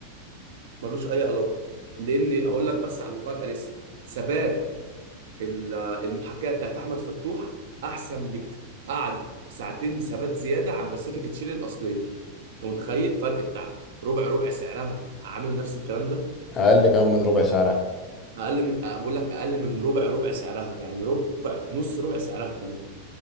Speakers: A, on the right; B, on the left.
A: ملوش اي علاقه لان هقول لك بس على المفاجاه لسه ثبات ال- المحاكاه بتاعت احمد فتوح احسن بكتير قعد ساعتين ثبات زياده عن باسيفيك تشيلي الاصليه انت متخيل فرق بتاع ربع ربع سعرها عامل نفس الكلام ده
B: اقل كمان من ربع سعرها
A: اقل من بقول لك اقل من ربع ربع سعرها يعني ربع نص ربع سعرها كمان